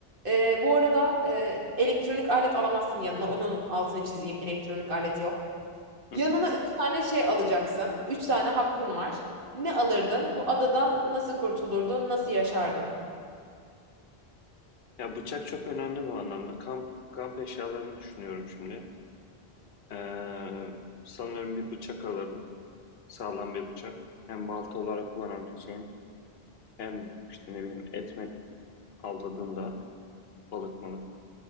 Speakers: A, on the right; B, on the left.
A: e, bu arada e, elektronik alet alamazsın yanına. Onun altını çizeyim. Elektronik alet yok. Yanına
B: hı hı.
A: üç tane şey alacaksın. Üç tane hakkın var. Ne alırdın? Bu adadan nasıl kurtulurdun? Nasıl yaşardın?
B: Ya bıçak çok önemli bu anlamda. Kamp kamp eşyalarımı düşünüyorum şimdi. Ee, sanırım bir bıçak alırdım. Sağlam bir bıçak. Hem balta olarak kullanabileceğim, hem işte ne bileyim et met avladığımda balık malık